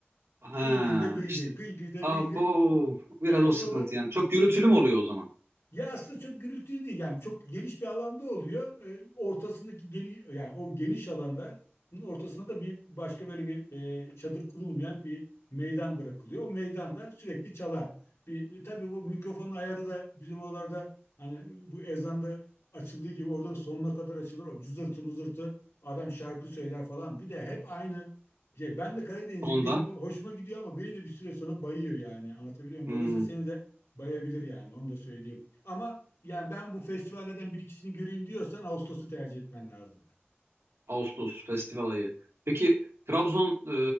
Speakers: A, on the right (about 75°); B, on the left (about 80°).
A: ha
B: Gıy gıy da gıy
A: işte
B: gıy, gıy gıy da
A: abo
B: gıy gıy.
A: biraz
B: Evet
A: o sıkıntı
B: o da
A: yani. Çok gürültülü
B: o tabii
A: mü oluyor o zaman?
B: Ya aslında çok gürültülü değil yani çok geniş bir alanda oluyor. Ee, ortasındaki geniş yani o geniş alanda ortasına da bir başka böyle bir e, çadır kurulmayan bir meydan bırakılıyor. O meydanda sürekli çalar. Bir e, tabii bu mikrofonun ayarı da bizim oralarda hani bu ezanda açıldığı gibi orada da sonuna kadar açılır. O cızırtı mızırtı adam şarkı söyler falan. Bir de hep aynı şey. Ben de Karadeniz'im.
A: Onda.
B: Benim hoşuma gidiyor ama beni de bir süre sonra bayıyor yani. Anlatabiliyor muyum?
A: Hmm.
B: Dolayısıyla seni de bayabilir yani. Onu da söyleyeyim. Ama yani ben bu festivallerden bir ikisini göreyim diyorsan Ağustos'u tercih etmen lazım.
A: Ağustos festival ayı. Peki Trabzon, e,